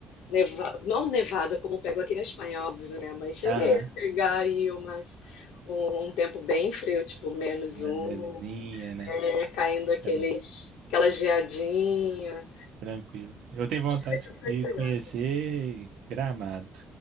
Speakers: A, on the left (about 85°); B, on the right (about 80°).
A: neva... não nevada como pego aqui na Espanha, é óbvio, né? Mas cheguei
B: Aham,
A: a pegar aí umas... um um tempo bem frio, tipo menos
B: uma
A: um,
B: nevezinha, né?
A: né? Caindo aqueles...
B: Aquela-
A: aquela geadinha.
B: Tranquilo. Eu tenho vontade
A: Aí consegue
B: de
A: pegar.
B: conhecer Gramado.